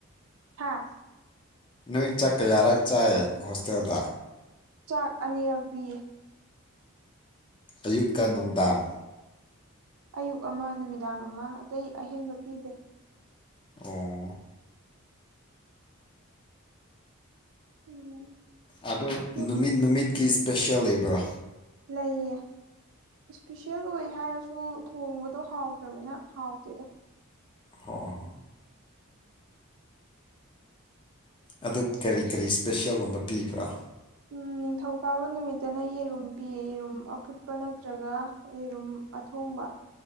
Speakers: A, on the right; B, on the left.
A: ꯍꯥꯥ
B: ꯅꯣꯏ ꯆꯥꯛ ꯀꯌꯥꯔꯛ ꯆꯥꯏ ꯍꯣꯁꯇꯦꯜꯗ
A: ꯆꯥꯛ ꯑꯅꯤꯔꯛ ꯄꯤꯌꯦ
B: ꯑꯌꯨꯛꯀ ꯅꯨꯡꯗꯥꯡ
A: ꯑꯌꯨꯛ ꯑꯃ ꯅꯨꯃꯤꯗꯥꯡ ꯑꯃ ꯑꯇꯩ ꯑꯍꯦꯟꯕ ꯄꯤꯗꯦ
B: ꯑꯣ
A: ꯎꯝ
B: ꯑꯗꯣ
A: ꯌꯨꯝ
B: ꯅꯨꯃꯤꯠ ꯅꯨꯃꯤꯠꯀꯤ ꯏꯁꯄꯤꯁꯤꯑꯦꯜ ꯂꯩꯕ꯭ꯔꯥ
A: ꯂꯩꯌꯦ ꯏꯁꯄꯤꯁꯦꯜ ꯑꯣꯏ ꯍꯥꯏꯔꯁꯨ ꯊꯣꯡꯕꯗꯣ ꯍꯥꯎꯇꯔꯃꯤꯅ ꯍꯥꯎꯇꯦꯗ
B: ꯍꯣꯏ ꯍꯣꯏ ꯑꯗꯨ ꯀꯔꯤ ꯀꯔꯤ ꯏꯁꯄꯦꯁꯤꯑꯦꯜꯒꯨꯝꯕ ꯄꯤꯕ꯭ꯔꯥ
A: ꯎꯝ ꯅꯤꯡꯊꯧꯀꯥꯕ ꯅꯨꯃꯤꯠꯇꯅ ꯌꯦꯔꯨꯝ ꯄꯤꯌꯦ ꯌꯦꯔꯨꯝ ꯑꯐꯨꯠꯄ ꯅꯠꯇ꯭ꯔꯒ ꯌꯦꯔꯨꯝ ꯑꯊꯣꯡꯕ